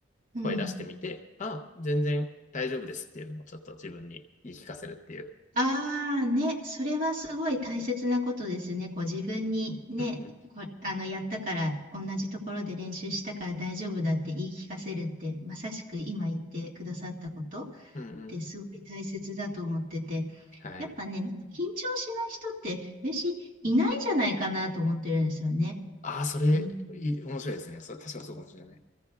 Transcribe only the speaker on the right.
うん。
ああね、それはすごい大切なことですね。こう自分にね、
こあのやったから、同じところで練習したから大丈夫だって言い聞かせるって、まさしく今言ってくださったことっ
てすごい大切だと思ってて、
やっぱね、緊張しない人って私いないんじゃないかなと思ってるんですよね。
うん、